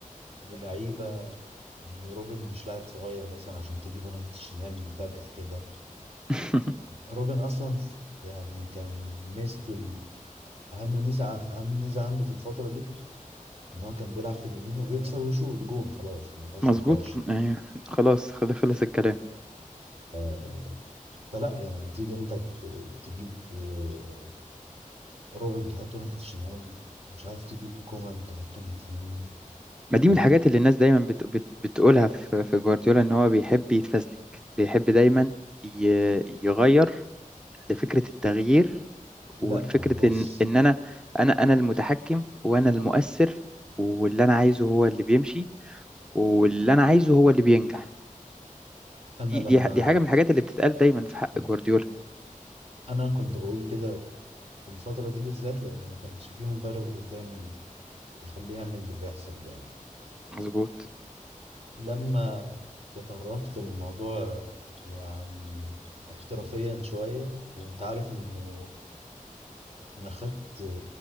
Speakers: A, on the right (about 45°); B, in the centre.
A: ولعيبه يعني روبن مش لاعب صغير مثلا عشان تجيبه ناحيه الشمال فجاه كده
B: <laughs>
A: روبن اصلا يعني كان ميزته ال- اهم ميزه ع- اهم ميزه عنده في الفتره دي ان هو كان بيلعب في اليمين وبيكسر ويشوط جون خلاص ما فيهاش
B: مظبوط
A: نقاش يعني
B: يعني خلاص خل- خلص الكلام
A: آه، فلا يعني تيجي انت ت- تجيب آه، روبن تحطه ناحية الشمال مش عارف تجيب كومان تحطه ناحية اليمين
B: ما دي
A: وبعد
B: من الحاجات اللي الناس دايما بت... بت... بتقولها في... في جوارديولا ان هو بيحب يتفزلك بيحب دايما ي... يغير لفكرة التغيير والفكرة
A: لا بص
B: ان ان انا انا انا المتحكم وانا المؤثر واللي انا عايزه هو اللي بيمشي واللي انا عايزه هو اللي بينجح
A: أنا
B: دي
A: لما
B: دي دي حاجة من الحاجات اللي بتتقال دايما في
A: <clears throat>
B: حق جوارديولا
A: أنا كنت بقول كده في الفترة دي بالذات لأن ما كانش فيه مدرب قدامي يخليه يعمل اللي بيحصل ده يعني.
B: مظبوط
A: لما تطرقت الموضوع يعني احترافيا شوية وأنت عارف إنه أنا خدت